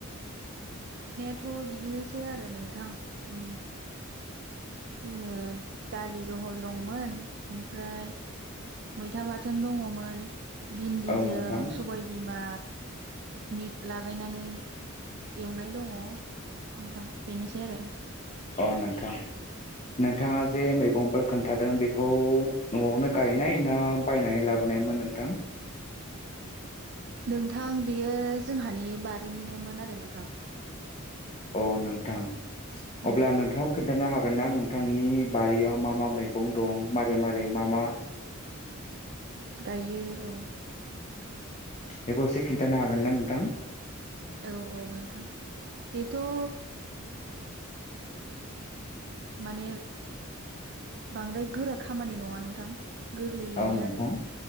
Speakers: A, on the right (about 50°); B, on the left (about 30°).
A: थ' बिदिनोसै आरो नोंथां उ ओ दालि जहल दंमोन ओमफ्राय मैथा बाथोन दङमोन भिन्दिजों
B: औ नोंथां
A: सबायबिमा मे लागायनानै एवनाय दङ नोंथां। बेनोसै आरो
B: अ नोंथां नोंथाङा जे मैगंफोर खोन्थादों बेखौ न'आवनो गायनाय ना बायनानै लाबोनायमोन? नोंथां
A: नोंथां बेयो जोंहानि बारिनिनोमोन आरो नोंथां।
B: अ नोंथां अब्ला
A: औ
B: नोंथाङा खोन्थानो हाग हागोन ना नोंथांनि बारियाव मा मा मैगं दं मारै मारै मा मा?
A: गायो औ
B: बेखौ एसे खिन्थानो हागोन ना नोंथां?
A: औ औ नोंथां बेथ' ओ माने बांद्राय गोरा खामानि नङा नोंथां गोरलैयैनो
B: औ नोंथां
A: आरो